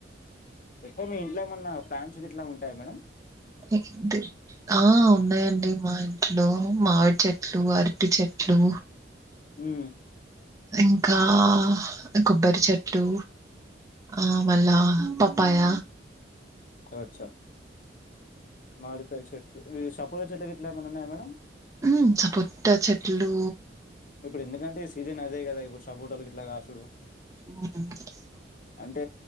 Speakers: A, on the left; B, on the right.
A: ఎక్కువ మీ ఇంట్లో ఏమన్నా ప్రాన్స్ గిట్ల ఉంటాయా మేడమ్.
B: <unintelligible> ఆ ఉన్నాయండి మా ఇంట్లో మావిడ్ చెట్లు అర్టి చెట్లు
A: ఉమ్
B: ఇంకా కొబ్బరి చెట్లు ఆ మళ్ళా పపాయ.
A: అచ్చా మాడికాయ చెట్లు ఈ సపోటా చెట్లు గిట్లా ఏమైనా ఉన్నాయా మేడం.
B: ఉహ్మ సపోటా చెట్ ట్లు
A: ఇప్పుడు ఎందుకంటే. ఈ సీజన్ అదే కదా ఇప్పుడ్ సపోర్టల్ గిట్లా గాసుడు.
B: ఆహ్
A: అంటే